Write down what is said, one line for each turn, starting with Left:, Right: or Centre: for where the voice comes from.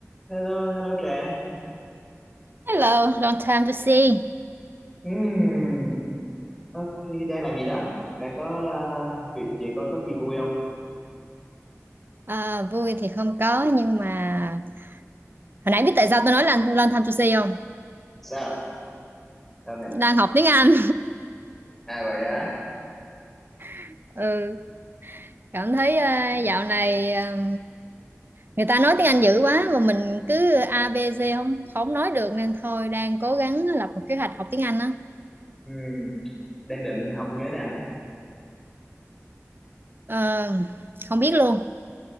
Centre: Hello, hello Trà.
Right: Hello, long time to see.
Centre: Ừm, ok, đang làm gì đó? Đang có à, việc gì, có có gì vui không?
Right: À, vui thì không có nhưng mà hồi nãy biết tại sao tôi nói là long time to see không?
Centre: Sao? Sao nè?
Right: Đang học tiếng Anh.
Centre: À vậy á.
Right: <laughs> ừ, cảm thấy à, dạo này à, người ta nói tiếng Anh dữ quá mà mình cứ A B C không không nói được nên thôi đang cố gắng lập một kế hoạch học tiếng Anh á.
Centre: Ừm, đang định học như thế nào?
Right: Ờ, không biết luôn.